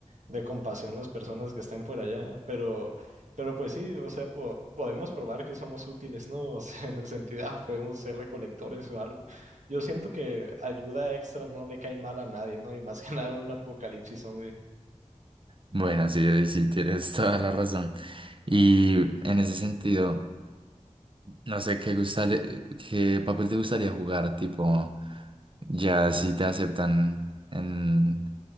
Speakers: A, on the right; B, on the right.
A: de compasión las personas que estén por allá, pero, pero pues sí, o sea, po- podemos probar que somos útiles, ¿no? <laughs> O sea, en el sentido, ah, podemos ser recolectores o algo. Yo siento que ayuda extra no le cae mal a nadie, ¿no? Y más que <laughs> nada en un apocalipsis zombie.
B: Bueno, sí, ahí sí, tienes toda la razón. Y en ese sentido, no sé qué gustale- qué papel te gustaría jugar, tipo, ya si te aceptan en,